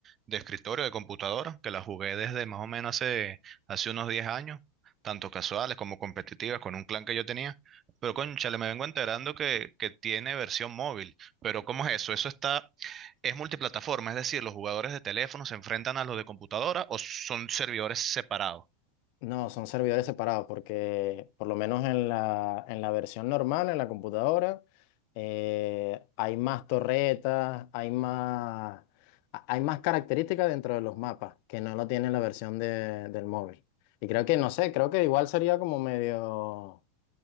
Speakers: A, on the right; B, on the left.
A: de escritorio de computadora, que la jugué desde más o menos hace, hace unos 10 años, tanto casuales como competitivas, con un clan que yo tenía. Pero cónchale, me vengo enterando que, que tiene versión móvil. Pero ¿cómo es eso? Eso está, es multiplataforma, es decir, los jugadores de teléfono se enfrentan a los de computadora o son servidores separados.
B: No, son servidores separados porque por lo menos en la, en la versión normal, en la computadora, eh, hay más torretas, hay más, ha- hay más características dentro de los mapas que no lo tiene la versión de- del móvil. Y creo que, no sé, creo que igual sería como medio...